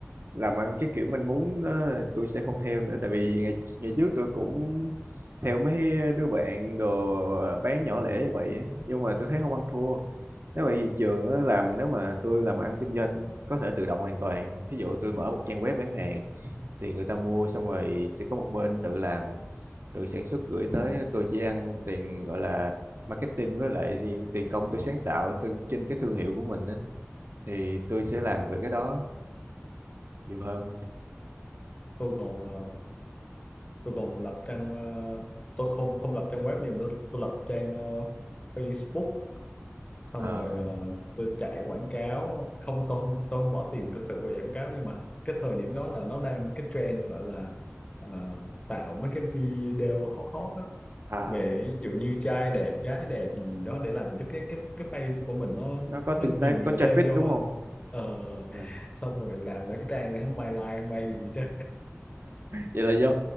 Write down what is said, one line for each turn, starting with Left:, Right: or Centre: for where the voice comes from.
Right: làm ăn cái kiểu mình muốn đó tôi sẽ không theo nữa tại vì ngày ngày trước tôi cũng theo mấy đứa bạn đồ ờ, bán nhỏ lẻ như vậy á, nhưng mà tôi thấy không ăn thua nếu vậy thì trường á, làm nếu mà tôi làm ăn kinh doanh có thể tự động hoàn toàn ví dụ tôi mở một trang web bán hàng thì người ta mua xong rồi sẽ có một bên tự làm tự sản xuất gửi tới
Left: ừ.
Right: tôi chỉ ăn tiền gọi là marketing với lại đi- tiền công tôi sáng tạo từ- trên cái thương hiệu của mình á thì tôi sẽ làm về cái đó nhiều hơn
Left: tôi còn ờ, tôi còn lập trang ờ, tôi không không lập trang web nhưng mà tôi, tôi lập trang ờ, Facebook xong
Right: Ờ.
Left: rồi ờ, tôi chạy quảng cáo không tôi không tôi không bỏ tiền thực sự về quảng cáo nhưng mà cái thời điểm đó là nó đang cái trend gọi là ờ, tạo mấy cái video hot hot á
Right: à
Left: về ví dụ như trai đẹp gái đẹp gì đó để làm cho cái cái cái page của mình nó
Right: nó có tương
Left: nó nhiều
Right: tác
Left: người
Right: có
Left: xem
Right: traffic
Left: vô
Right: đúng
Left: á
Right: không
Left: Ờ,
Right: ừ.
Left: xong rồi làm ra cái trang này không ai like không ai gì đó
Right: vậy là do